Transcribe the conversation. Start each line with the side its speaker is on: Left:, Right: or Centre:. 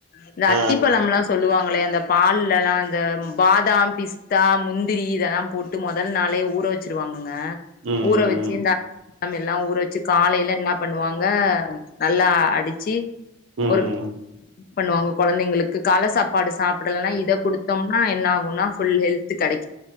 Left: இந்த
Right: ஆ
Left: அத்திப்பழம்லா சொல்லுவாங்களே அந்த பால்ல எல்லா அந்த பாதாம் பிஸ்தா முந்திரி இதெல்லா போட் டு மொதல் நாளே ஊற வச்சிருவாங்கங்க
Right: ம்
Left: ஊற
Right: ம்
Left: வச் சி இந்த கம்பெல்லா ஊற வச்சி காலையில என்ன பண்ணுவாங்க நல்லா அடிச்சி
Right: ம்
Left: ஒரு
Right: ம் ம்
Left: பண்ணுவாங்க கொழந்தைங்களுக்கு கால சாப்பாடு சாப்பிடலனா இத குடுத்தோம்னா என்ன ஆகுனா ஃபுல் ஹெல்த் கெடை